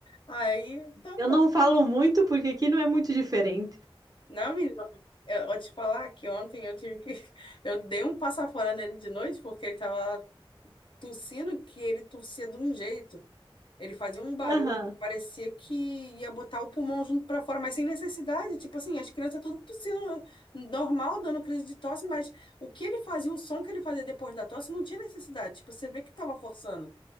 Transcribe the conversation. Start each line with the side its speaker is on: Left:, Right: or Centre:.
Left: Aí, tá
Right: Eu
Left: bom.
Right: não falo muito porque aqui não é muito diferente.
Left: Não, menina, eu vou te falar que ontem eu tive que. <laughs> Eu dei um passa fora nele de noite porque ele tava tossindo que ele tossia de um jeito. Ele fazia um barulho
Right: Aham.
Left: que parecia que ia botar o pulmão junto pra fora, mas sem necessidade. Tipo assim, as crianças tudo tossindo normal, dando crise de tosse, mas o que ele fazia, o som que ele fazia depois da tosse, não tinha necessidade. Tipo, você vê que tava forçando.